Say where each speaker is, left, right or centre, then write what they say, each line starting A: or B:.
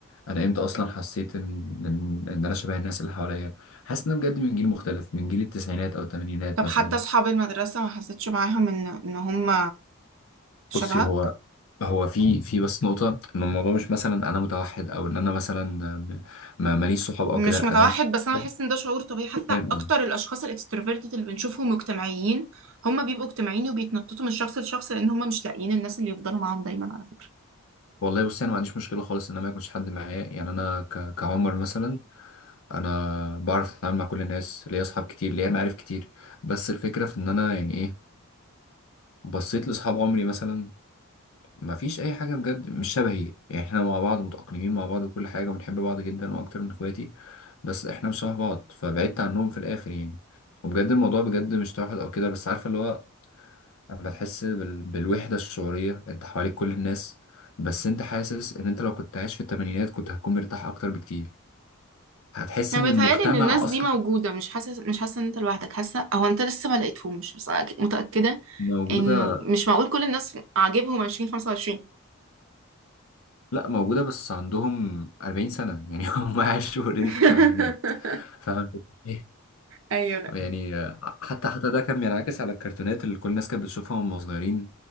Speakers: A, on the left (about 70°); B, on the right (about 65°).
A: انا امتى اصلا حسيت ان ان إن انا شبه الناس اللي حواليا حاسس ان انا بجد من جيل مختلف من جيل التسعينات او الثمانينات
B: طب
A: مثلا
B: حتى اصحاب المدرسه ما حسيتش معاهم ان ان هم شبهك
A: بصي هو هو في في بس نقطه ان الموضوع مش مثلا انا متوحد او ان انا مثلا م- ما ماليش صحاب او
B: مش
A: كده لا
B: متوحد
A: انا ليا
B: بس انا
A: صحاب.
B: بحس ان ده شعور طبيعي حتى
A: فاهم قصدي
B: اكتر الاشخاص الاكستروفيرتد اللي بنشوفهم مجتمعيين هم بيبقوا اجتماعيين وبيتنططوا من شخص لشخص لان هم مش لاقيين الناس اللي يفضلوا معاهم دايما على فكره
A: والله بصي انا ما عنديش مشكله خالص ان انا ما يكونش حد معايا يعني انا ك- كعمر مثلا انا بعرف اتعامل مع كل الناس ليا اصحاب كتير ليا معارف كتير بس الفكره في ان انا يعني ايه بصيت لاصحاب عمري مثلا ما فيش اي حاجه بجد مش شبهي يعني احنا مع بعض متاقلمين مع بعض وكل حاجه وبنحب بعض جدا واكتر من اخواتي بس احنا مش شبه بعض فبعدت عنهم في الاخر يعني وبجد الموضوع بجد مش توحد او كده بس عارفه اللي هو اما تحس بال... بالوحده الشعوريه انت حواليك كل الناس بس انت حاسس ان انت لو كنت عايش في الثمانينات كنت هتكون مرتاح اكتر بكتير هتحس
B: انا
A: ان
B: بيتهيالي
A: المجتمع
B: ان الناس دي
A: اصلا
B: موجوده مش حاسه مش حاسه ان انت لوحدك حاسه او انت لسه ما لقيتهمش بس انا أكيد متاكده
A: موجودة
B: انه مش معقول كل الناس عاجبهم 20 25
A: لا موجودة بس عندهم 40 سنة يعني <laughs> هم عاشوا اوريدي
B: <laughs>
A: في الثمانينات فاهم الفكرة؟ إيه؟
B: ايوه
A: يعني آه، حتى حتى ده كان بينعكس على الكرتونات اللي كل الناس كانت بتشوفها وهم صغيرين